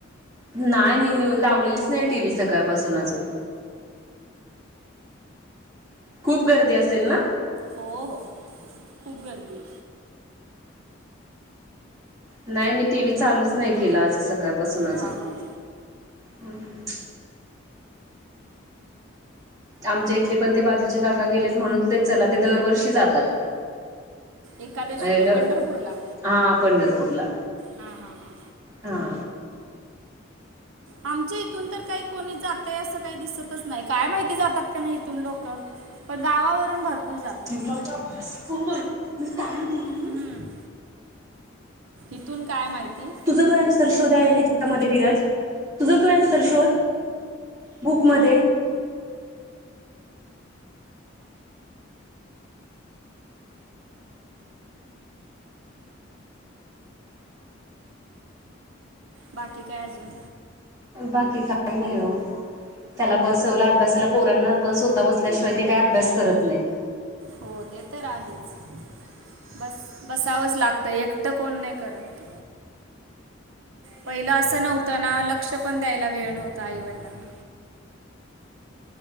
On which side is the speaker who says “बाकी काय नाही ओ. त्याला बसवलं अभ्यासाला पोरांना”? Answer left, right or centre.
Right